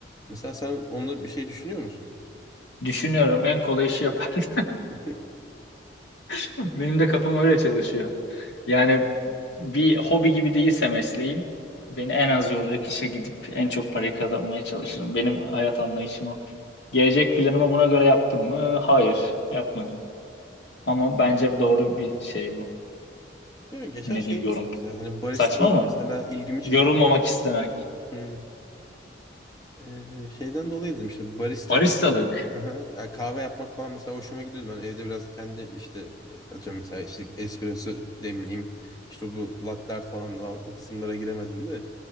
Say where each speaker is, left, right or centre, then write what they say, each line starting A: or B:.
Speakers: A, on the left (about 20°); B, on the left (about 70°).
A: Mesela sen onda bir şey düşünüyor musun?
B: Düşünüyorum en kolay işi yapardım.
A: <laughs>
B: <laughs> Benim de kafam öyle çalışıyor. Yani bir hobi gibi değilse mesleğin beni en az yoracak işe gidip en çok parayı kazanmaya çalışırım. Benim hayat anlayışım o. Gelecek planımı buna göre yaptım mı? Hayır, yapmadım. Ama bence doğru bir şey bu.
A: Ya geçen
B: Ne
A: şeyi
B: diyeyim
A: düşün
B: yorum.
A: mesela hani baristalık
B: Saçma mı?
A: mesela ilgimi çekiyor.
B: Yorulmamak istemek.
A: Hı. Ee, şeyden dolayı dedim işte barista
B: Baristalık.
A: mesela. Aha, ya kahve yapmak falan mesela hoşuma gidiyordu. Ben evde biraz kendi işte e, atıyorum mesela işte espresso demleyeyim. İşte bu latte art falan daha o kısımlara giremedim de.